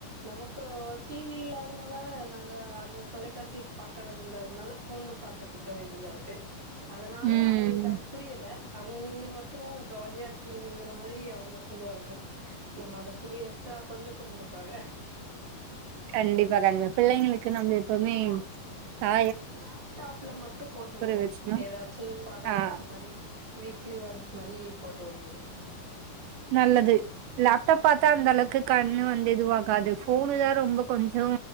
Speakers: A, on the right (about 30°); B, on the right (about 75°).
A: நமக்கு டிவி இல்லாதனால நாங்க அந்த தொலைக்காட்சி பாக்கறது இல்ல அதனால ஃபோன்னு பாத்துட்டுருக்க வேண்டியதாருக்கு அதனால
B: ம்
A: அவங்களுக்கு அது புரியல அவங்க நீங்க மட்டு ஜாலியா இருக்கீங்கங்கிற மாரி அவங்க சொல்லுவாங்க நம்ம அத புரிய வச்சா புரிஞ்சுக்வாங்க
B: கண்டிப்பா கண்டி பிள்ளைங்களுக்கு நம்ம எப்பவுமே
A: ஆமா
B: த
A: லேப்டாப்ல மட்டு போட்டு உடுவோம்
B: வச்சோம்னா
A: எதாச்சு பட
B: ஆ
A: அந்த மாரி வீக்லி ஒன்ஸ் மாரி போட்டு உட்றது
B: நல்லது லேப்டாப் பாத்தா அந்தளவுக்கு கண்ணு வந்து இதுவாகாது ஃபோனு தா ரொம்ப கொஞ்சோ